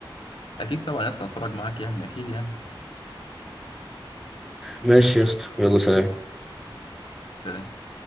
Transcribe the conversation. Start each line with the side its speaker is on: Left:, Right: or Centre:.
Left: اكيد طبعا يا اسطى هتفرج معاك يعني اكيد يعني
Centre: ماشي يا اسطى يلا سلام
Left: سلام